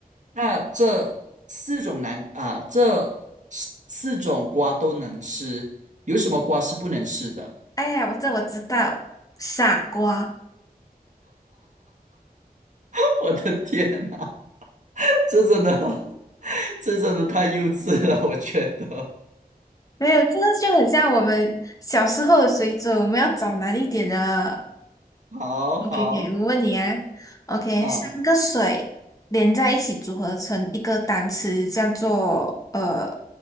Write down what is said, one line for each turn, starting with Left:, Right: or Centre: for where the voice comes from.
Right: 那这四种南啊、这四四种瓜都能吃，有什么瓜是不能吃的？
Left: 哎呀，我这我知道，傻瓜，
Right: <laughs> 我的天呐！这真的，<laughs> 这真的太幼稚了，我觉得。
Left: 没有，这个就很像我们小时候的水准，我们要找难一点的。
Right: 好好，
Left: OK，OK，我问你啊，OK，
Right: 嗯，
Left: 三个水连在一起组合成一个单词，叫做呃，